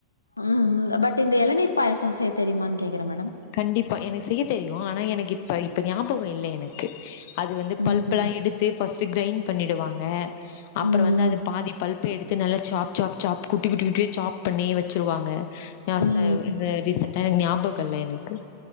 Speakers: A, on the left (about 80°); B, on the left (about 50°).
A: ம் ம் பட் இந்த எளநீர் பாயசோ செய்ய தெரியுமான்னு கேக்கற மேடம்
B: கண்டிப்பா எனக்கு செய்ய தெரியு ஆனா எனக்கு இப்ப இப்ப ஞாபகோ இல்ல எனக்கு அது வந்து
A: ம்
B: பல்ப் எல்லா எடுத்து ஃபர்ஸ்ட் கிரைண்ட் பண்ணிடுவாங்க அப்புற
A: ம்
B: வந்து அது பாதி பல்ப் பல்ப் எடுத்து நல்லா சாப் சாப் சாப் குட்டி குட்டி குட்டியா சாப் பண்ணி வச்சிருவாங்க நா
A: ம்
B: ச
A: ம்
B: ரீசென்டா என் ஞாபக இல்ல எனக்கு